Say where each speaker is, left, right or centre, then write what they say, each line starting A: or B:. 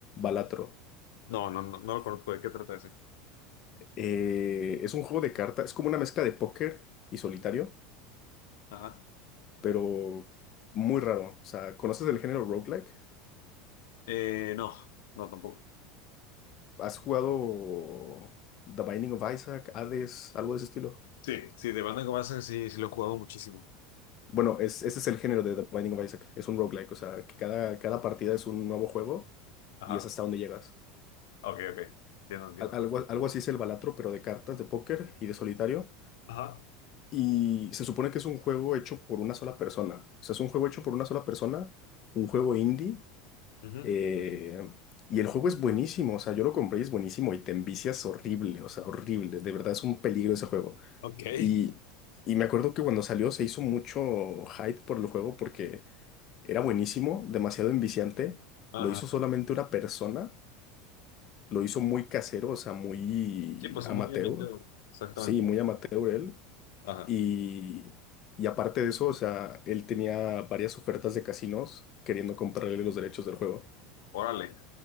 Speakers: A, on the left (about 35°); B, on the left (about 80°).
A: Balatro.
B: No, no, no, no lo conozco, ¿de qué trata ese?
A: Eh, es un juego de cartas, es como una mezcla de póker y solitario,
B: Ajá.
A: pero muy raro. O sea, ¿conoces el género roguelike?
B: Eh, no, no tampoco.
A: ¿Has jugado The Binding of Isaac, Hades, algo de ese estilo?
B: Sí. Sí, de Bandan Comarsan sí, sí lo he jugado muchísimo.
A: Bueno, es, ese es el género de The Binding of Isaac. Es un roguelike, o sea, que cada, cada partida es un nuevo juego
B: Ajá.
A: y es hasta donde llegas.
B: Ok, ok. Entiendo, entiendo.
A: Al- algo, algo así es el Balatro, pero de cartas, de póker y de solitario.
B: Ajá.
A: Y se supone que es un juego hecho por una sola persona. O sea, es un juego hecho por una sola persona, un juego indie.
B: Ujú.
A: eh, y el juego es buenísimo, o sea, yo lo compré y es buenísimo y te envicias horrible, o sea, horrible. De verdad es un peligro ese juego.
B: Ok.
A: Y, y me acuerdo que cuando salió se hizo mucho hype por el juego porque... Era buenísimo, demasiado enviciante.
B: Ajá.
A: Lo hizo solamente una persona. Lo hizo muy casero, o sea, muy
B: Sí, pues
A: amateur.
B: son muy bien metido. Exactamente.
A: Sí, muy amateur él.
B: Ajá.
A: Y, y aparte de eso, o sea, él tenía varias ofertas de casinos queriendo comprarle los derechos del juego.
B: Órale.